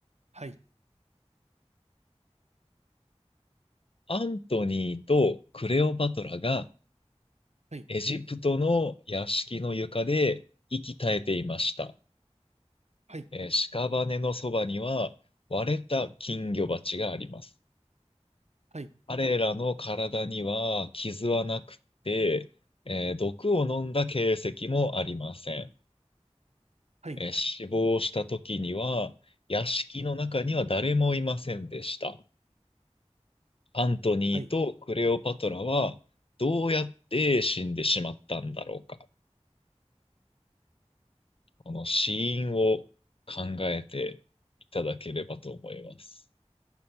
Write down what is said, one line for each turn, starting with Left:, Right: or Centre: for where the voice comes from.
Right: はい、
Left: アントニーとクレオパトラが
Right: はい、
Left: エジプトの屋敷の床で息絶えていました。
Right: はい、
Left: えー屍のそばには割れた金魚鉢があります。
Right: はい、
Left: 彼らの体には傷はなくて、えー毒を飲んだ形跡もありません。
Right: はい、
Left: えー死亡した時には屋敷の中には誰もいませんでした。アントニーとクレオパトラはどうやって死んでしまったんだろうか。
Right: はい。
Left: この死因を考えていただければと思います。